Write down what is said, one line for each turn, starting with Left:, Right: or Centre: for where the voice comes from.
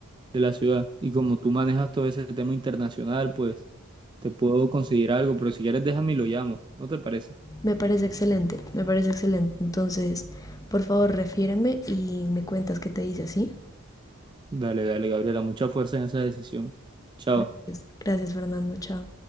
Right: de la ciudad. Y como tú manejas todo ese tema internacional, pues te puedo conseguir algo, pero si quieres déjame y lo llamo, ¿no te parece?
Left: Me parece excelente, me parece excelente. Entonces, por favor, refiéreme y me cuentas qué te dice, ¿sí?
Right: Dale, dale, Gabriela, mucha fuerza en esa decisión. Chao.
Left: Gracias. Gracias, Fernando. Chao.